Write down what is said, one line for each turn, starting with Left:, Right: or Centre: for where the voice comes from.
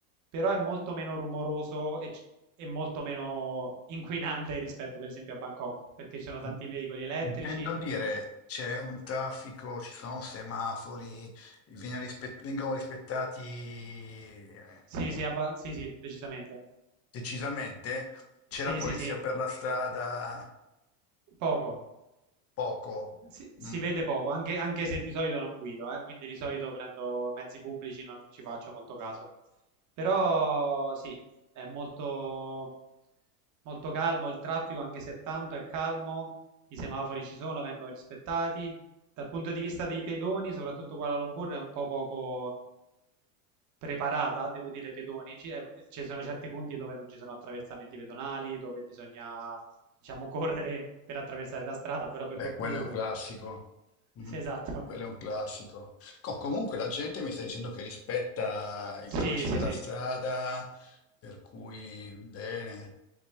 Right: però è molto meno rumoroso e, c- e molto meno inquinante rispetto per esempio a Bangkok, perché ci sono
Left: In-
Right: tanti veicoli elettrici.
Left: Intendo dire, c'è un traffico, ci sono semafori, viene rispet- vengono rispettati eh,
Right: Sì, sì, abba- sì, sì, decisamente.
Left: decisamente? C'è
Right: Sì,
Left: la polizia
Right: sì, sì.
Left: per la strada?
Right: Poco,
Left: Poco.
Right: si, si
Left: Mm.
Right: vede poco, anche, anche se di solito non guido, eh, Quindi di solito prendo mezzi pubblici, non ci faccio molto caso. Però sì, è molto, molto calmo il traffico, anche se tanto è calmo, i semafori ci sono, vengono rispettati. Dal punto di vista dei pedoni, soprattutto Kuala Lumpur è un po' poco preparata, devo dire, ai pedoni. Ci eh, ci sono certi punti dove non ci sono attraversamenti pedonali, dove bisogna, diciamo, correre per attraversare la strada, però per
Left: Beh,
Right: lo
Left: quello
Right: più
Left: è un classico. Mhm.
Right: Sì, esatto.
Left: Quello è un classico. Co- comunque la gente mi sta dicendo che rispetta il
Right: Sì,
Left: codice
Right: sì,
Left: della
Right: sì.
Left: strada, per cui bene,